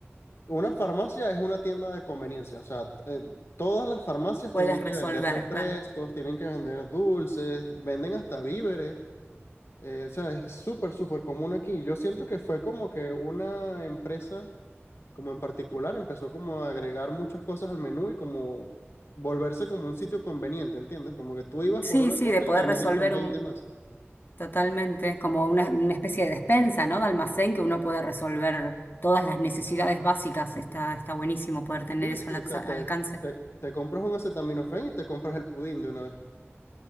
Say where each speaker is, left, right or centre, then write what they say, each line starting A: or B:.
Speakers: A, on the left; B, on the left.
A: Una farmacia es una tienda de conveniencia, o sea, eh, todas las farmacias
B: Puedes
A: tienen
B: resolver,
A: que vender refrescos,
B: claro.
A: tienen que vender dulces, venden hasta víveres, eh, o sea, es súper, súper común aquí. Yo siento que fue como que una empresa, como en particular, empezó como a agregar muchas cosas al menú y como volverse como un sitio conveniente, ¿entiendes? Como que tú ibas
B: Sí,
A: por una
B: sí,
A: cosa
B: de poder
A: y terminas
B: resolver
A: con 20
B: un...
A: más.
B: Totalmente, es como una, una especie de despensa, ¿no? De almacén que uno puede resolver todas las necesidades básicas. Está, está buenísimo poder tener
A: Sí,
B: eso
A: sí,
B: al
A: o sea,
B: acce- alcance.
A: te, te, te compras un acetaminofén y te compras el pudín de una vez.